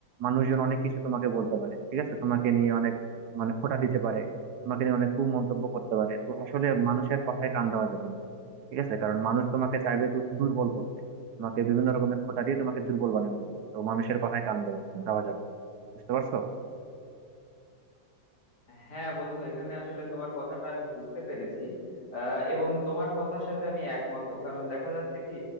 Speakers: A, on the right; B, on the left.
A: মানুষজন অনেক কিছু তোমাকে বলতে পারে ঠিক আছে তোমাকে নিয়ে অনেক মানে খোঁটা দিতে পারে তোমাকে নিয়ে অনেক কুমন্তব্য করতে পারে তো আসলে মানুষের কথায় কান দেওয়া যাবে না ঠিক আছে কারণ মানুষ তোমাকে চাইবে দু- দুর্বল করতে তোমাকে বিভিন্ন রকমের খোঁটা দিয়ে তোমাকে দুর্বল বানিয়ে দিবে তো মানুষের কথায় কান দেওয়া দেওয়া যাবে না বুঝতে পারছো
B: হ্যাঁ বন্ধু এখানে আসলে তোমার কথাটা আমি বুঝতে পেরেছি আহ, এবং তোমার কথার সাথে আমি একমত কারণ দেখা যাচ্ছে কি